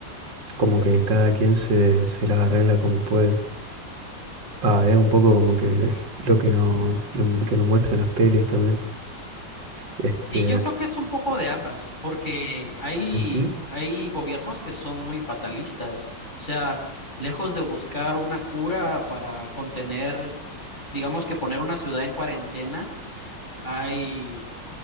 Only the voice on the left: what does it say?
Mm.
Y yo creo que es un poco de ambas, porque hay,
hay gobiernos que son muy fatalistas, o sea, lejos de buscar una cura para contener, digamos que poner una ciudad en cuarentena, hay,